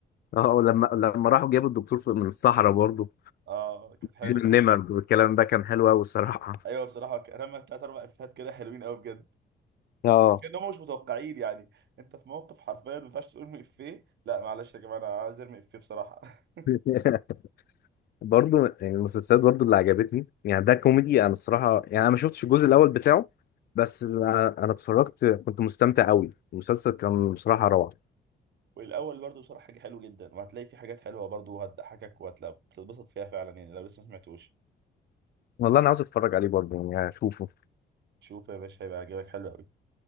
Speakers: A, on the left (about 55°); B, on the right (about 60°).
A: اه لما لما راحوا جابوا الدكتور في- من الصحراء برضه
B: اه كانت حلوة
A: النمر والكلام ده كان حلو قوي الصراحة
B: ايوه بصراحة رمى ثلاث اربع إفيهات كده حلوين قوي بجد
A: اه
B: كانهم مش متوقعين يعني انت في موقف حرفيا ما ينفعش تقول افيه لا معلش يا جماعه انا عايز ارمي افيه بصراحه <laughs>
A: <laughs> برضه يعني المسلسلات برضه اللي عجبتني يعني ده كوميدي انا الصراحة يعني انا ما شفتش الجزء الاول بتاعه بس انا أنا اتفرجت كنت مستمتع قوي المسلسل كان بصراحة روعة
B: والاول برضه بصراحه حاجه حلوه جدا وهتلاقي في حاجات حلوه برضه وهتضحكك وهتتبسط فيها فعلا يعني لو لسه ما سمعتوش
A: والله انا عاوز اتفرج عليه برضه يعني اشوفه
B: شوف يا باشا هيبقى عاجبك حلو قوي